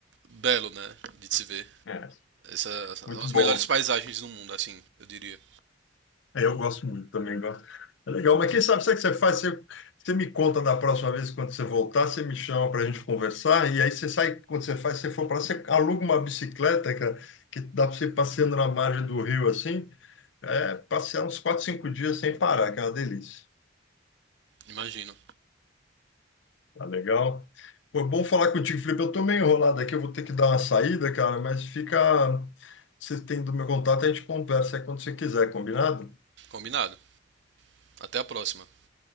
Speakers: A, on the right (about 65°); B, on the left (about 70°).
A: belo, né? De se ver.
B: É,
A: Essa,
B: muito
A: as
B: bom.
A: melhores paisagens do mundo, assim, eu diria.
B: É, eu gosto muito também, gosto. É legal, mas quem sabe, sabe o que você faz? Você, você me conta da próxima vez quando você voltar, você me chama para a gente conversar, e aí você sai, quando você faz, você for para lá, você aluga uma bicicleta, cara, que dá para você ir passeando na margem do rio assim, é, passear uns 4, 5 dias sem parar, que é uma delícia.
A: Imagino.
B: Tá legal? Foi bom falar contigo, Felipe. Eu tô meio enrolado aqui, eu vou ter que dar uma saída, cara, mas fica. Você tem do meu contato, a gente conversa aí quando você quiser, combinado?
A: Combinado. Até a próxima.